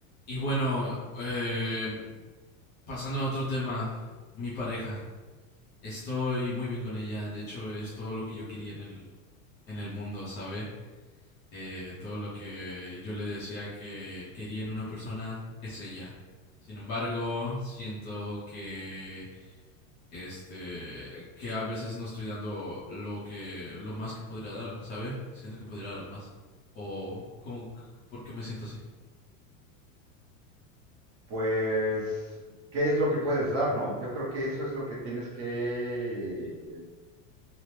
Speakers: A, on the left; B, on the right.
A: Y bueno, eh, pasando a otro tema, mi pareja. Estoy muy bien con ella. De hecho, es todo lo que yo quería en el, en el mundo, ¿sabe? Eh, todo lo que yo le decía que quería en una persona es ella. Sin embargo, siento que este que a veces no estoy dando lo que lo más que podría dar, ¿sabe? Siento que podría dar más. O ¿cómo- c- ¿por qué me siento así?
B: pues, ¿qué es lo que puedes dar, no? Yo creo que eso es lo que tienes que, eh,